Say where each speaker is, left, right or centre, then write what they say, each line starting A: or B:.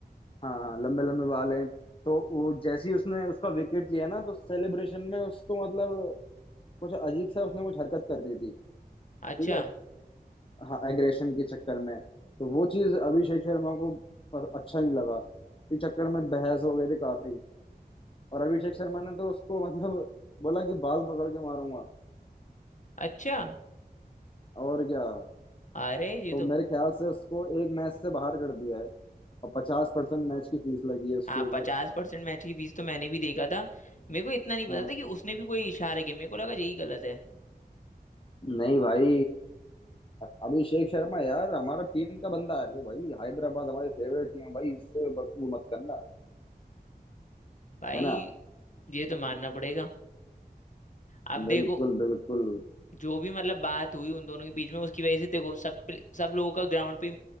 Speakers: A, on the left; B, on the left.
A: हाँ लंबे लंबे बाल हैं तो वो जैसे ही उसने उसका विकेट लिया ना तो सेलिब्रेशन में उसको मतलब कुछ अजीब सा उसने कुछ हरकत कर दी थी ठीक
B: अच्छा
A: है हाँ एग्रेशन के चक्कर में तो वो चीज अभिषेक शर्मा को प- अच्छा नहीं लगा इस चक्कर में बहस हो गई थी काफी और अभिषेक शर्मा ने तो उसको मतलब बोला कि बाल पकड़ के मारूंगा
B: अच्छा
A: और क्या
B: अरे ये
A: तो
B: तो
A: मेरे ख्याल से उसको एक मैच से बाहर कर दिया है और पचास परसेंट मैच की फीस लगी है उसके
B: हाँ
A: ऊपर
B: पचास परसेंट मैच की फीस तो मैंने भी देखा था मेरे को इतना नहीं पता
A: हाँ
B: था कि उसने भी कोई इशारा किया मेरे को लगा यही गलत है
A: नहीं भाई अ- अभिषेक शर्मा यार हमारा टीम का बंदा है वो भाई हैदराबाद हमारी फेवरेट टीम है भाई इससे ब- वो मत करना
B: भाई
A: है ना
B: ये तो मानना पड़ेगा अब देखो
A: बिल्कुल बिल्कुल
B: जो भी मतलब बात हुई उन दोनों के बीच में उसकी वजह से देखो सब प्ले- सब लोगों का ग्राउंड पे